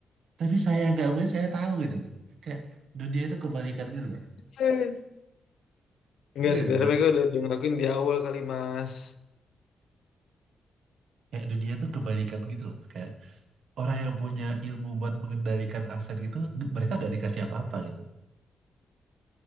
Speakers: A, on the right (about 75°); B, on the left (about 85°).
A: tapi saya yang nggak punya saya tahu gitu loh kayak dunia itu kebalikan gitu loh
B: Hmm. Enggak,
A: Iya nggak
B: sebenarnya
A: sih, Mas?
B: mereka udah, udah ngelakuin di awal kali Mas.
A: kayak dunia itu kebalikan gitu loh kayak orang yang punya ilmu buat mengendalikan aset gitu mereka nggak dikasih apa-apa gitu